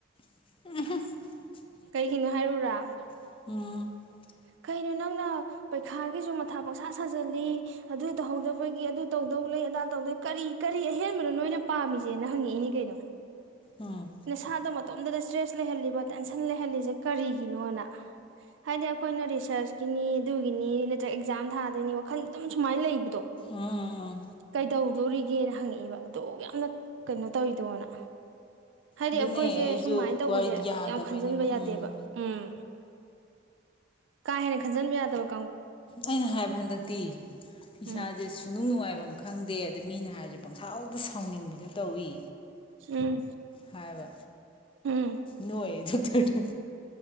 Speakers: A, on the left; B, on the right.
A: <inaudible>
B: ꯀꯩꯒꯤꯅꯣ ꯍꯥꯏꯔꯛꯎꯔꯥ
A: <inaudible>
B: ꯀꯩꯅꯣ ꯅꯪꯅ ꯄꯩꯈꯥꯒꯤꯁꯨ ꯃꯊꯥ ꯄꯟꯁꯥ ꯁꯖꯤꯜꯂꯤ ꯑꯗꯨ ꯇꯧꯍꯧꯗꯕꯒꯤ ꯑꯗꯨ ꯇꯧꯗꯧ ꯂꯩ ꯑꯗꯥ ꯇꯧꯗꯣꯏ ꯂꯩ ꯀꯔꯤ ꯀꯔꯤ ꯑꯍꯦꯟꯕ ꯀꯔꯤ ꯑꯍꯦꯟꯕꯅꯣ ꯅꯣꯏꯅꯥ ꯄꯝꯃꯤꯖꯦꯅꯥ ꯍꯪꯉꯛꯏꯅꯦ ꯀꯩꯅꯣ
A: ꯎꯝ ꯎꯝ
B: ꯅꯥꯁꯥꯗꯣ ꯃꯥ ꯇꯣꯝꯇꯗ ꯁꯇ꯭ꯔ꯭ꯦꯁ ꯂꯩꯍꯜꯂꯤꯕ ꯇꯦꯟꯁꯟ ꯂꯩꯍꯜꯂꯤꯖꯦ ꯀꯔꯤꯒꯤꯅꯣꯅꯥ ꯍꯥꯏꯗꯤ ꯑꯩꯈꯣꯌꯅꯥ ꯔꯤꯁꯥꯔꯁꯀꯤꯅꯤ ꯑꯗꯨꯒꯤꯅꯦ ꯅꯠꯇꯔꯒꯥ ꯑꯦꯛꯌꯥꯝ ꯊꯗꯣꯏꯅꯤ ꯋꯥꯈꯜꯁꯤ ꯑꯗꯨꯝ ꯁꯨꯃꯥꯏ ꯂꯩꯕꯥ ꯗꯣ
A: ꯎꯝ ꯎꯝ
B: ꯀꯩꯗꯧ ꯗꯣꯔꯤꯒꯦꯅꯥ ꯍꯪꯉꯛꯏꯕ ꯑꯗꯨꯛ ꯌꯥꯝꯅꯥ ꯀꯩ ꯅꯣ ꯇꯧꯏꯗꯣꯅꯥ ꯍꯥꯏꯗꯤ
A: ꯑꯗꯨꯅꯦ
B: ꯑꯩꯈꯣꯌꯖꯦ
A: ꯑꯩꯁꯨ
B: ꯁꯨꯃꯥꯏ ꯇꯧꯕꯁꯦ
A: ꯋꯥꯔꯤ ꯌꯥꯗꯕꯩꯅꯦꯕ
B: ꯌꯥꯝ ꯈꯟꯖꯟꯕ ꯌꯗꯦꯕꯥ
A: ꯎꯝ
B: ꯍꯝ ꯀꯥ ꯍꯦꯟꯅꯥ ꯈꯟꯖꯟꯕ ꯌꯥꯗꯕꯥ
A: ꯑꯩꯅꯥ ꯍꯥꯌꯕꯥ ꯍꯟꯗꯛꯇꯤ ꯏꯁꯥꯖꯦ
B: ꯎꯝ
A: ꯁꯨꯛꯅꯨꯪ ꯅꯨꯪꯉꯥꯏꯕꯝ ꯈꯪꯗꯦ ꯃꯤꯅꯥ ꯖꯦ ꯄꯥꯪꯁꯥꯑꯣꯗ ꯁꯥꯑꯣꯅꯤꯪꯕꯤꯗꯨꯅꯦ ꯇꯧꯏ
B: ꯎꯝ
A: ꯍꯥꯏꯕꯥ
B: ꯎꯝ
A: ꯅꯣꯛꯏꯑꯦ ꯗꯣꯛꯇꯔꯗꯣ